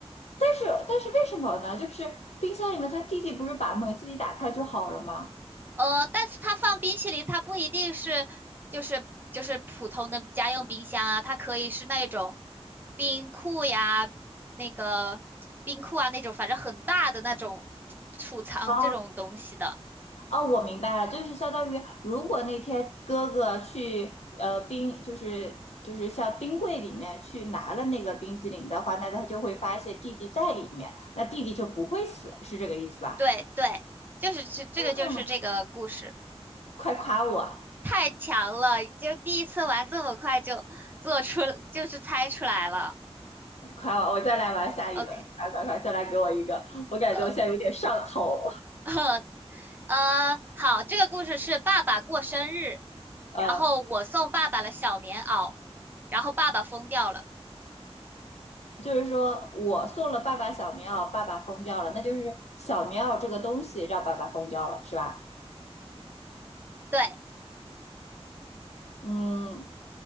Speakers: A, on the left; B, on the right.
A: 但是但是为什么呢？就是冰箱里面他弟弟不是把门自己打开就好了吗？
B: 呃，但是它放冰淇淋，它不一定是就是就是普通的家用冰箱啊，它可以是那种冰库呀，那个冰库啊那种，反正很大的那种储藏这种东西的。
A: 哦，哦，我明白了，就是相当于如果那天哥哥去呃冰，就是就是像冰柜里面去拿了那个冰激凌的话，那他就会发现弟弟在里面，那弟弟就不会死，是这个意思吧？
B: 对对，就是这这个就是这个故事，
A: 啊，快夸我，
B: 太强了，就第一次玩这么快就做出就是猜出来了。
A: 夸我，我再来玩下一轮，
B: OK，
A: 快快快，再来给我一个，我感觉我现在有点上头，
B: 呃 <laughs> 呃，好，这个故事是爸爸过生日。
A: 呃。
B: 然后我送爸爸了小棉袄，然后爸爸疯掉了。
A: 就是说我送了爸爸小棉袄，爸爸疯掉了，那就是小棉袄这个东西让爸爸疯掉了，是吧？
B: 对，
A: 嗯，